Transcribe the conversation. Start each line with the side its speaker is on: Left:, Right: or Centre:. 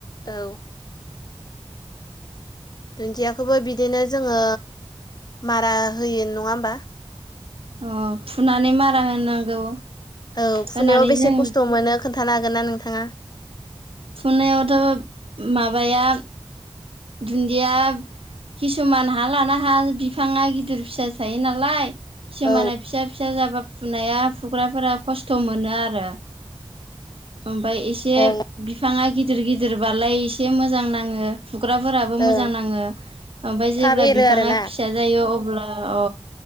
Left: औ दुन्दियाखौबो बिदिनो जोङो मारा होयो नङा होमबा।
Right: अ फुनानै मारा होनांगौ।
Left: औ
Right: होनानै
Left: फुनायाव बेसे
Right: जों
Left: खस्थ' मोनो खोन्थानो हागोन ना नोंथाङा।
Right: फुनायावथ' माबाया दुन्दिया किसुमान हा लाना हा बिफाङा गिदिर फिसा थायो नालाय किसुमाना
Left: औ
Right: फिसा फिसा जाबा फुनाया फुग्राफोरा खस्थ' मोनो आरो ओमफाय एसे एसे
Left: ओं
Right: बिफाङा गिदिर गिदिरबालाय एसे मोजां नाङो। फुग्राफोराबो मोजां
Left: ओं
Right: नाङो ओमफ्राय जेब्ला
Left: थाब एरो
Right: बिफाङा
Left: आरोना
Right: फिसा जायो अब्ला अ